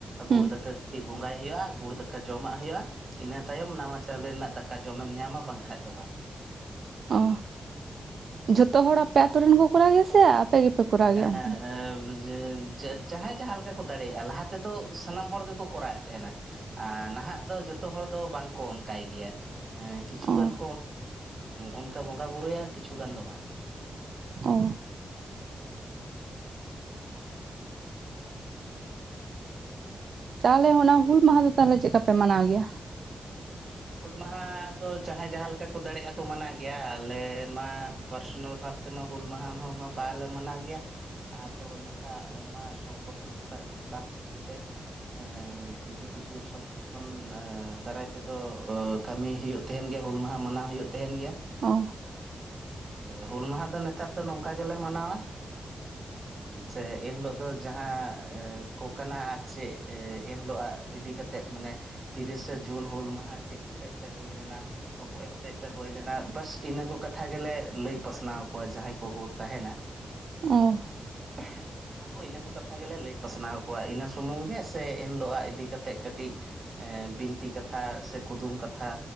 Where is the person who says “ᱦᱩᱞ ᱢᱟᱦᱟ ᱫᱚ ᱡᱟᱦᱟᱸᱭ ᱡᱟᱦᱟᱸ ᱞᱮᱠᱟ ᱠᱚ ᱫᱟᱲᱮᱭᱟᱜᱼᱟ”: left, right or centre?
Right